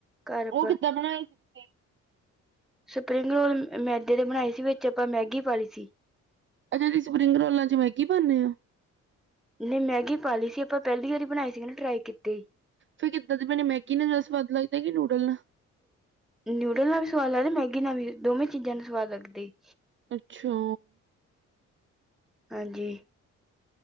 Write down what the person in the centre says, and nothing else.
ਘਰ ਆਪਾਂ
ਸਪਰਿੰਗ ਰੋਲ ਮੈਦੇ ਦੇ ਬਣਾਏ ਸੀ, ਵਿੱਚ ਆਪਾਂ ਮੈਗੀ ਪਾ ਲਈ ਸੀ।
ਨਹੀਂ ਮੈਗੀ ਪਾ ਲਈ ਸੀ, ਆਪਾਂ ਪਹਿਲੀ ਵਾਰੀ ਬਣਾਈ ਸੀਗੀ ਨਾ, ਟਰਾਈ ਕੀਤੀ।
ਨਿਊਡਲ ਨਾਲ ਵੀ ਸਵਾਦ ਲੱਗਦੇ, ਮੈਗੀ ਨਾਲ ਵੀ, ਦੋਵੇਂ ਚੀਜ਼ਾਂ ਨਾਲ ਸਵਾਦ ਲੱਗਦੀ।
ਹਾਂਜੀ।